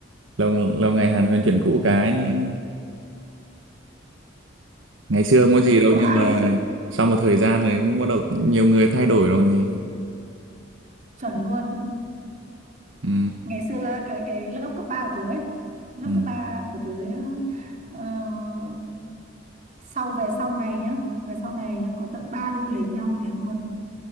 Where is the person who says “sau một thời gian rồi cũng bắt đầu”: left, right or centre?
Right